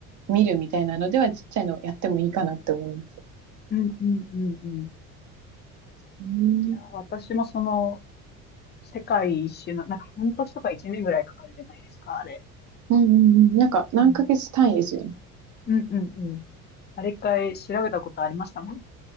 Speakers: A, on the right; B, on the left.
A: 見るみたいなのではちっちゃいのやってもいいかなって思います。
B: うんうんうんうん。
A: うん。
B: いや、私もその、世界一周の、なんか半年とか一年ぐらいかかるじゃないですか、あれ。
A: うんうんうん。なんか何ヶ月単位ですよね。
B: うんうんうんうん。あれ一回調べたことありましたもん。